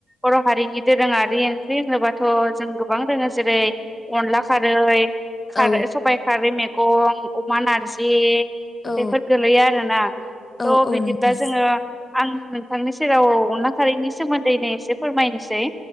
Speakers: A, in the centre; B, on the left.
A: बर' हारिनि दोरोङारि ओंख्रि होनोबाथ' जों गोबां दोङो जेरै अनला खारै
B: औ
A: खारै सबायाइ खारै मैगं अमा नारजि
B: औ
A: बेफोर गोलैयो आरोना
B: औ
A: थ'
B: औ
A: बिदिब्ला
B: नोंथां
A: जोङो आं नोंथांनि सेराव अनला खारैनि सोमोन्दैनो एसे फोरमायनोसै